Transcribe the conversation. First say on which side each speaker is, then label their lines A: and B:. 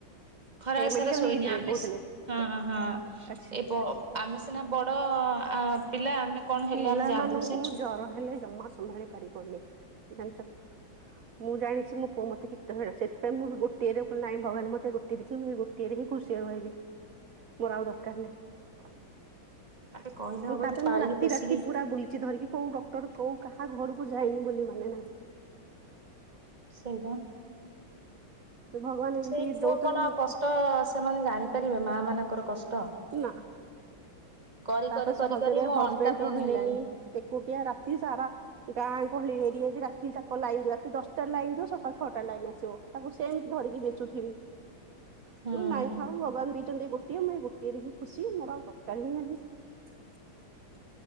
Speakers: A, on the right; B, on the right.
A: ଖରା
B: ଏ ମେଡିକାଲ
A: ସାରା ଶୋଇନି
B: ନେଇକି ଯିବେ
A: ଆମେ
B: କହୁଥିଲେ
A: ହଁ ହଁ
B: ଆଚ୍ଛା
A: ଇବ ଆମେ ସିନା ବଡ ପିଲା ଆମେ କଣ ହେଲେ
B: ପିଲାମାନଙ୍କୁ
A: ଆମେ ଜା, ସେକବିତା
B: ଜର ହେଲେ ଜ୍ମା ମତ ସମ୍ଭାଳି ପାରିବନି ଜାଣିଛ କି?? ମୁଁ ଜଣିଛିୋୁଅ ମତେ କୀତ ହେ ସେଥିାଇ ମୁଁ ଗୋଏରେ କ ନାଇଁ ଭଗାନ ମତେ ଗୋଏ ଦେଇଛି ମୁଁ ଟେରେ ହିଁ ଖୁସିରେ ରହିବି ମୋର ଆଉ ଦରକାର ନାହିଁ।
A: ଆଗ କହିଲେ ହବ
B: ତାପରେ
A: କି ପାଳିକି
B: ମୁଁ ରାତି
A: ପୋଷିକି
B: ରାତି ପୁରା ବୁଲିଛି ଧରିକି କୋଉ ଡକ୍ଟର କୋଉ କାହା ଘରକୁ ଯାଇନି ବୋଲି ମାନେ ନାହିଁ।
A: ସେଲଭ
B: ଭଗବାନ ଏମିତି
A: ସେଇ ପୁଅ
B: ଦଉଛନ୍ତି
A: କଣ କଷ୍ଟ ସେମାନେ ଜାଣିପାରିବେ ମା ମାନଙ୍କର କଷ୍ଟ?
B: ନା
A: କରି
B: ତାପରେ
A: କରି
B: ସହଜରେ
A: କରି କରି ମୋ
B: ହଜବେଣ୍ଡ
A: ଅଣ୍ଟା ପେନ୍
B: ରହିଲେନି
A: ହେଲାଣି
B: ଏକୁଟିଆ ରାତି ସାରା ଗାଁ ଗହଳି ଏରିଆ ରାତି ଯାକ ଲାଇନ ଯିବ ରାତି ଦଶଟାରେ ଲାଇନ ଯିବ ସକାଳ ଛଅଟା ରେ ଲାଇନ ଆସିବ। ତାକୁ ସେମିତି ଧରିକି ବିଞ୍ଚୁଥିବି!
A: ହୁଁ।
B: ନାଇଁ ଥାଉ ଭଗବାନ ଦେଇଛନ୍ତି ଗୋଟିଏ ମୁଁ ଏ ଗୋଟିଏରେ ହିଁ ଖୁସି ମୋର ଆଉ ଦରକାର ହିଁ ନାହିଁ। <inaudible>